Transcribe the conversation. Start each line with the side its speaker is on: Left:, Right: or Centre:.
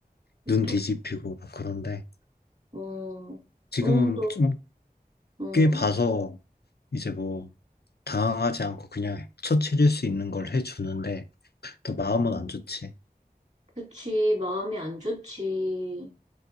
Left: 눈
Right: 또,
Left: 뒤집히고 막 그런데
Right: 어,
Left: 지금은
Right: 어, 너,
Left: 좀
Right: 어,
Left: 꽤 봐서 이제 뭐 당황하지 않고 그냥 처치해줄 수 있는 걸 해주는데 또 마음은
Right: 음,
Left: 안 좋지.
Right: 그치, 마음이 안 좋지.